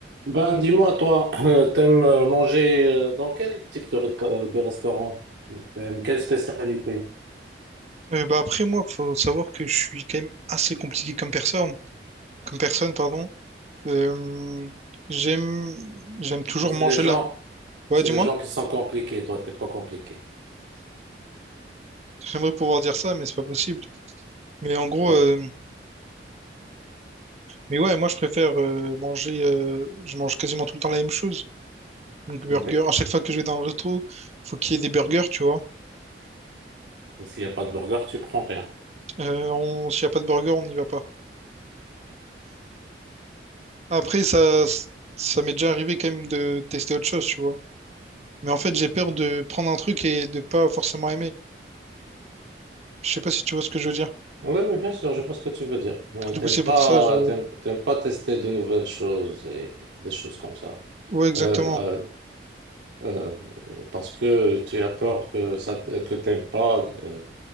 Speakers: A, on the right (about 80°); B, on the right (about 35°).
A: Ben, dis-moi, toi, euh, t'aimes euh, manger euh, dans quel type de, reco- de restaurant? T'aimes quelle spécialité?
B: Euh, bah après moi, faut savoir que je suis quand même assez compliqué comme personne, comme personne, pardon. Euh, j'aime, j'aime toujours
A: Ouais, C'est
B: manger
A: les gens,
B: la. Ouais,
A: c'est
B: dis-moi,
A: les gens qui sont compliqués. Toi, t'es pas compliqué.
B: <laughs> j'aimerais pouvoir dire ça, mais c'est pas possible. Mais en gros,
A: Euh,
B: euh, mais ouais, moi je préfère euh, manger. euh, je mange quasiment tout le temps la même chose. Donc burger.
A: oui.
B: À chaque fois que je vais dans un resto, faut qu'il y ait des burgers, tu vois.
A: Et s'il n'y a pas de burger, tu prends rien.
B: Euh, on... S'il y a pas de burger, on n'y va pas. Après, ça,
A: Oui, oui,
B: ça m'est déjà arrivé quand même de tester autre chose, tu vois. Mais en fait, j'ai peur de prendre un truc et de pas forcément aimer. Je sais pas si tu vois ce que je veux dire.
A: Oui, oui, bien sûr, je vois ce que tu veux dire. Euh,
B: Du
A: t'aimes
B: coup, c'est
A: pas,
B: pour ça, je...
A: t'aimes, t'aimes pas tester de nouvelles choses et des choses comme ça.
B: Ouais, exactement.
A: Euh, euh, euh, parce que tu as peur que ça, que t'aimes pas. euh.